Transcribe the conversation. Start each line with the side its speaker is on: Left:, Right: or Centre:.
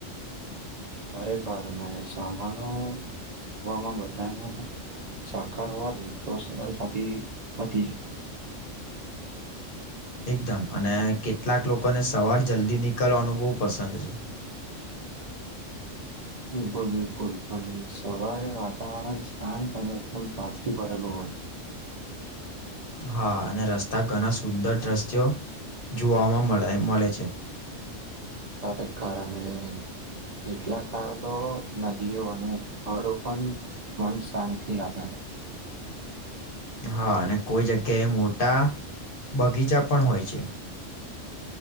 Right: ખરેખર ને સામાનો આપવામાં બધાને સાકાર હોય તો સરળતાથી હતી જ
Left: <unintelligible> એકદમ અને કેટલાક લોકોને સવાર જલ્દી નીકળવાનું બહુ પસંદ છે
Right: બિલકુલ બિલકુલ પણ સવારે વાતાવરણ શાંત અને એકદમ તાજગી ભરેલું હોય છે
Left: હા અને રસ્તા ઘણા સુંદર દ્રશ્યો જોવાવામાંે મળે છે.
Right: ખરેખર અને કેટલાક કારો તો નદીઓ અને હળો પણ મન શાંતિ આપે છે.
Left: હા અને કોઈ જગ્યાએ મોટા બગીચા પણ હોય છે.